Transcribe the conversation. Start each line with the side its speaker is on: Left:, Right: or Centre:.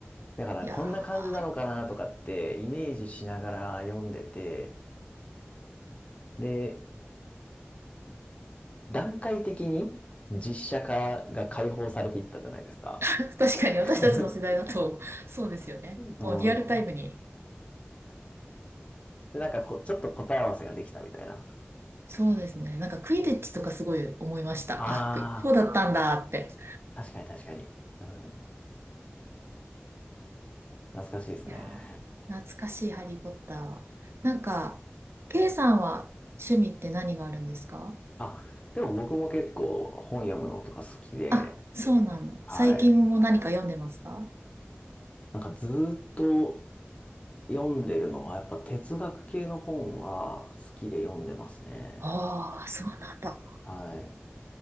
Left: だからこんな感じなのかなとかってイメージしながら読んでて、
Right: う。いやー、
Left: で、段階的に実写化が解放されていったじゃないですか。
Right: <laughs> 確かに私たちの世代だと、
Left: <laughs>
Right: そうですよね。
Left: うん。
Right: もうリアルタイムに。
Left: で、なんかこ、ちょっと答え合わせができたみたいな。
Right: そうですね。なんかクイディッチとかすごい思いました。
Left: ああ、
Right: あ、クイこうだったんだって。
Left: 確かに確かに。うん。懐かしいですね。
Right: いやー、懐かしいハリー・ポッター。なんか、ケイさんは趣味って何があるんですか
Left: あ、でも僕も結構本読むのとか好きで、
Right: あ、そうなんだ。
Left: はい。
Right: 最近も何か読んでますか
Left: なんかずーっと読んでるのはやっぱ哲学系の本は好きで読んでますね。
Right: ああー、そうなんだ。
Left: はい。